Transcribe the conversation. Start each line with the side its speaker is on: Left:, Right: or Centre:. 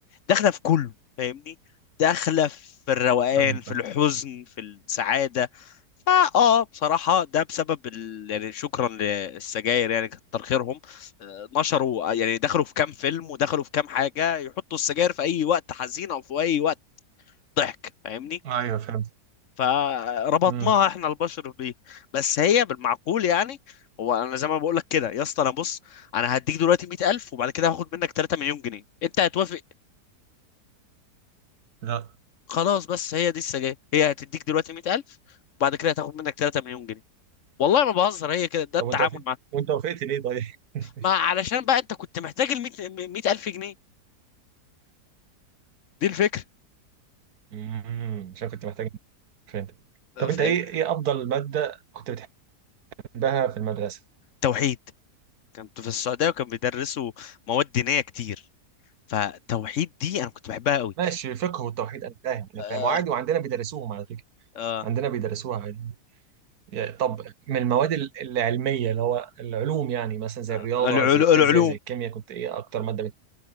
Left: داخله في كله فاهمني داخله في الروقان
Right: ايوه
Left: في
Right: فاهم.
Left: الحزن في السعاده فا اه بصراحه ده بسبب ال... يعني شكرا للسجاير يعني كتر خيرهم آه، نشروا يعني دخلوا في كام فيلم ودخلوا في كام حاجه يحطوا السجاير في اي وقت حزين او في اي وقت ضحك فاهمني
Right: ايوه فهمت
Left: فربطناها
Right: امم
Left: احنا البشر بيه بس هي بالمعقول يعني هو انا زي ما بقول لك كده يا اسطى انا بص انا هديك دلوقتي 100000 وبعد كده هاخد منك 3 مليون جنيه انت هتوافق
Right: لا
Left: خلاص بس هي دي السجاير هي هتديك دلوقتي 100000 وبعد كده هتاخد منك 3 مليون جنيه والله ما بهزر هي كده ده
Right: طب
Left: التعامل
Right: وانت وافقت
Left: مع
Right: وانت وافقت ليه طيب <laughs>
Left: ما علشان بقى انت كنت محتاج ال 100 100000 جنيه دي الفكره
Right: امم عشان كنت محتاج فهمت طب انت
Left: فاهم؟
Right: ايه ايه افضل ماده كنت بتحبها في المدرسه
Left: توحيد كنت في السعوديه وكان بيدرسوا مواد دينيه كتير فتوحيد دي انا كنت بحبها قوي
Right: ماشي فقه والتوحيد انا فاهم انا
Left: آه
Right: فاهم وعادي وعندنا بيدرسوهم على فكره
Left: آه
Right: عندنا بيدرسوها عادي يا- طب من المواد ال- العلميه اللي هو العلوم يعني مثلا زي
Left: آه،
Right: الرياضه
Left: العلو-
Right: زي الفيزياء
Left: العلوم
Right: زي الكيمياء كنت ايه اكتر ماده بت...